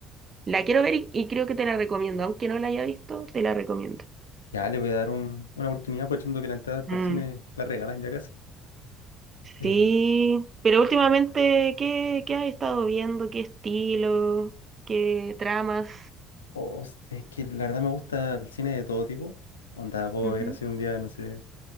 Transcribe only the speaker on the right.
la quiero ver y, y creo que te la recomiendo. Aunque no la haya visto, te la recomiendo.
Mm,
sí, pero últimamente, ¿qué, qué has estado viendo? ¿Qué estilo? ¿Qué tramas?
Ujú.